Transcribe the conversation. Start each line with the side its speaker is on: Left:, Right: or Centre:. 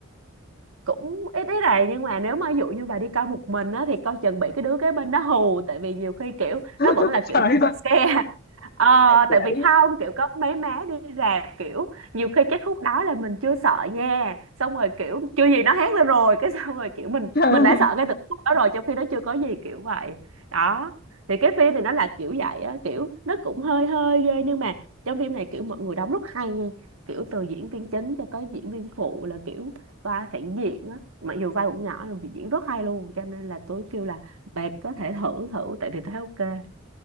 Right: cũng ít ít này nhưng mà nếu mà ví dụ như bà đi coi một mình á thì coi chừng bị cái đứa kế bên đó hù tại vì nhiều khi kiểu nó
Left: <laughs>
Right: vẫn là kiểu
Left: Trời
Right: jump scare <laughs> ờ
Left: ơi.
Right: tại vì không kiểu có mấy má đi rạp kiểu nhiều khi cái khúc đó là mình chưa sợ nha xong rồi kiểu chưa gì nó hét lên rồi cái xong rồi kiểu mình
Left: <laughs>
Right: mình đã sợ ngay từ cái khúc đó rồi trong khi nó chưa có gì kiểu vậy đó thì cái phim thì nó là kiểu vậy á kiểu nó cũng hơi hơi ghê nhưng mà trong phim này kiểu mọi người đóng rất hay nha kiểu từ diễn viên chính cho tới diễn viên phụ là kiểu vai phản diện á mặc dù vai cũng nhỏ nhưng diễn rất hay luôn cho nên là tôi kêu là bà có thể thử thử tại vì tôi thấy ok